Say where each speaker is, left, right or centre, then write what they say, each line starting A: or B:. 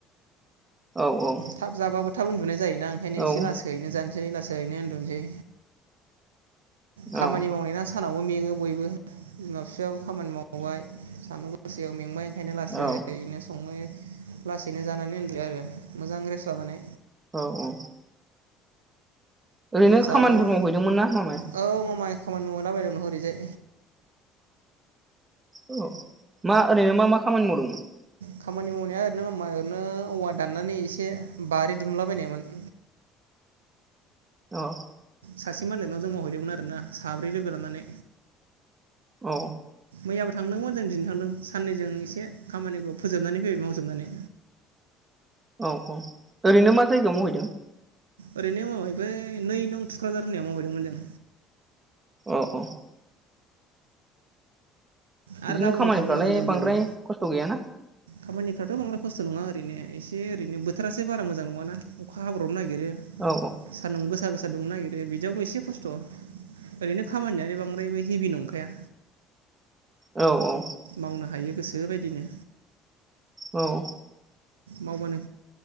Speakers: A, on the right; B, on the right.
A: औ औ
B: थाब जाबाबो थाब उन्दुनाय जायो ना ओंखायनो
A: औ
B: एसे लासैनो जा सै लासैनो ओन्दुनोसै खामानि
A: औ
B: मावनाय ना सानावबो मेङो बयबो न सेयाव खामानि मावबाय सानदुं हरसेयाव मेंबाय एखायनो लासैनो
A: औ
B: सङो लासैनो जानानै <unintelligible> आरो मोजां रेस लानानै
A: औ औ ओरैनो
B: जाबानो
A: खामानिफोर मावहैदोंमोन ना मामाइ
B: औ मामा खामानि मावहैलाबायदोंमोन हरैजाय
A: औ मा ओरैनो मा मा खामानि मावदोंमोन
B: खामानि मावनाया ओरैनो मामाइ ओरैनो औवा दाननानै इसे बारि दुमलाबायनायमोन।
A: अह
B: सासे मालिकनाव जों मावहैदोंमोन आरोना साब्रै लोगो लानानै।
A: औ
B: मैयाबो थांदोंमोन जों दिनैबो थांदों साननैजों एसे खामानिखौ फोजोबनानै फैबाय मावजोबनानै।
A: औ औ ओरैनो मा जायगायाव मावहैदों
B: ओरैनो मामाइ बै नै नं थुक्राझार होननायाव मावहैदोंमोन जों।
A: अह अह
B: आरो
A: बिदिनो
B: गाबोनबो
A: खामानिफ्रालाय
B: थांबावनांगोन जों
A: बांद्राय
B: बेयावनो
A: खस्थ' गैयाना
B: खामानिफ्राथ बांद्राय खस्थ नङा ओरैनो एसे ओरैनो बोथोरासो बारा मोजां नङाना अखा हाब्राबनो नागिरो। नागिरो
A: औ
B: सान्दुं गोसा गोसा दुंनो नागिरो बिदियावनो' एसे खस्थ' ओरैनो खामानियानो बांद्रायबो हेभि नंखाया।
A: औ औ
B: मावनो हायो गोसो बायदिनो
A: औ
B: मावबानो